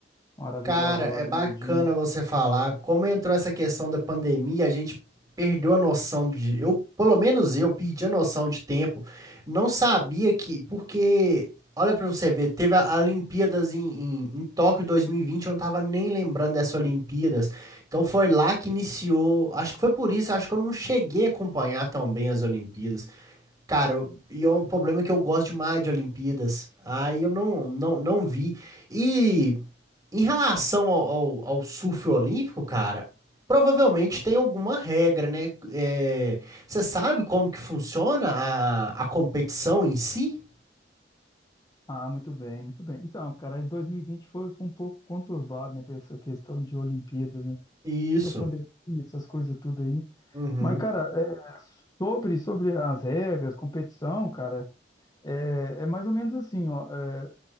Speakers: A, on the left; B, on the right.
A: maravilhosa
B: Cara, é
A: lá do
B: bacana
A: Medina.
B: você falar. Como entrou essa questão da pandemia, a gente perdeu a noção de. Eu, pelo menos eu, perdi a noção de tempo. Não sabia que. Porque, olha pra você ver, teve a a Olimpíadas em, em, em Tóquio 2020, eu não tava nem lembrando dessas Olimpíadas. Então foi lá que iniciou. Acho que foi por isso, acho que eu não cheguei a acompanhar tão bem as Olimpíadas. Cara, eu- e é um problema que eu gosto demais de Olimpíadas. Aí eu não, não, não vi. E. Em relação ao, ao, ao surf olímpico, cara, provavelmente tem alguma regra, né? É, você sabe como que funciona a, a competição em si?
A: Ah, muito bem, muito bem. Então, cara, aí 2020 foi, foi um pouco conturbado, né, pra essa questão de Olimpíadas, né?
B: Isso.
A: Entrou pandemia, essas coisas tudo aí.
B: Uhum.
A: Mas, cara, é, sobre, sobre as regras, competição, cara, é, é mais ou menos assim, ó. é,